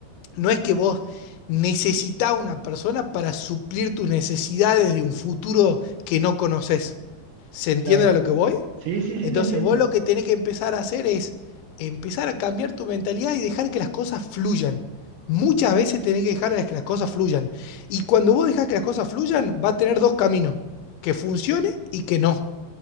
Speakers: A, on the left; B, on the right.
A: No es que vos necesitás una persona para suplir tus necesidades de un futuro que no conoces. ¿Se entiende
B: claro.
A: a lo que voy?
B: Sí, sí, sí,
A: Entonces
B: te entiendo.
A: vos lo que tenés que empezar a hacer es empezar a cambiar tu mentalidad y dejar que las cosas fluyan. Muchas veces tenés que dejar a que las cosas fluyan. Y cuando vos dejás que las cosas fluyan, va a tener dos caminos, que funcione y que no.